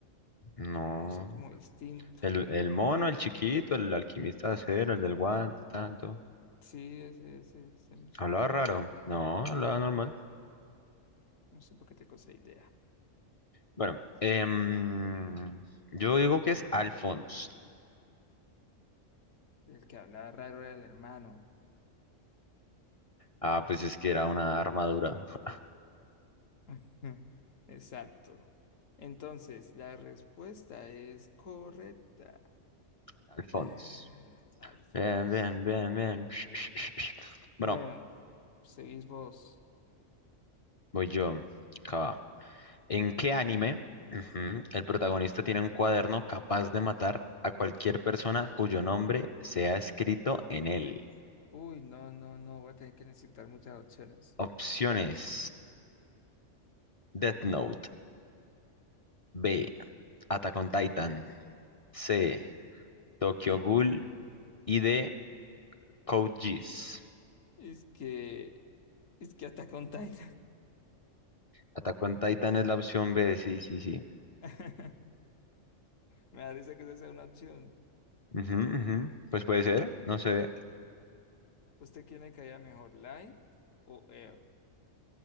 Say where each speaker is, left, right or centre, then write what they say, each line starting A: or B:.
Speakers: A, on the left (about 45°); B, on the left (about 80°).
A: no.
B: como, no sé, como distinto.
A: El, el mono, el chiquito, el alquimista de acero, el del guante, tanto.
B: Sí, ese, ese, ese, no s-
A: Hablaba raro. No, hablaba normal.
B: no sé por qué tengo esa idea.
A: Bueno, em, yo digo que es Alphonse.
B: El que hablaba raro era el hermano.
A: Ah, pues es que era una armadura. <laughs>
B: <laughs> Exacto. Entonces, la respuesta es correcta.
A: Alphonse.
B: Eh, Alphonse.
A: Bien, bien, bien, bien. <laughs> Sh- sh- sh- sh.
B: Bueno,
A: Bueno,
B: seguís vos.
A: voy yo. Acá va. ¿En qué anime ujú, el protagonista tiene un cuaderno capaz de matar a cualquier persona cuyo nombre sea escrito en él?
B: Uy, no, no, no, voy a tener que necesitar muchas opciones.
A: Opciones: Death Note, B, Attack on Titan, C. Tokyo
B: <laughs>
A: Ghoul y de Code Geass.
B: Es que Es que hasta con Titan.
A: Attack on Titan es la opción B, sí, sí, sí.
B: <laughs> Me da risa que esa sea una opción.
A: Ujú, ujú. Pues puede ser, no sé.
B: ¿Usted quién le caía mejor, Light o Air?